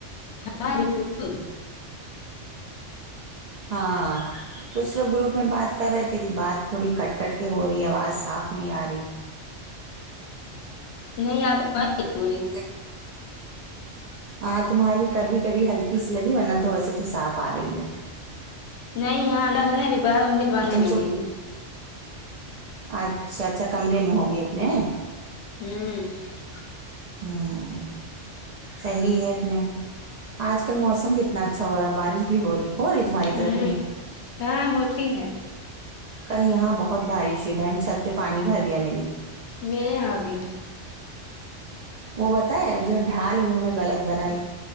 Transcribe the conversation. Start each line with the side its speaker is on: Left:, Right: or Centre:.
Left: ہارے ضرور <unintelligible>
Right: ہاں کچھ لوگ گروپ میں بات کر رہے تھے کہ بات تھوڑی کٹ کٹ کے ہو رہی آواز صاف نہیں آ رہی
Left: نہیں آپ رہی <unintelligible>
Right: <unintelligible> ہاں تمہاری کبھی کبھی ہلکی سی لگی ورنہ تو ویسے تو صاف آ رہی ہے
Left: <unintelligible> نہیں یہاںد ابھی باہار ہوں گے تو بڑنے
Right: تم
Left: لگے
Right: صبح
Left: گی
Right: اچھا اچھا کمرے میں ہوگی اپنے
Left: ہوں
Right: ہاں صحیح ہے اپنے آج کل موسم کتنا اچھا ہو رہا ہے بارش بھی ہو رہی ہو رہی تمہاری طرف
Left: ہوں
Right: نہیں
Left: ہاں ہوتی ہے
Right: کل یہاں بہت بارش ہوئی بہن چھت پہ پانی بھر گیا میری
Left: میرے یہاں بھی
Right: وہ بتائے جو ڈھال انہوں نے غلط بنائی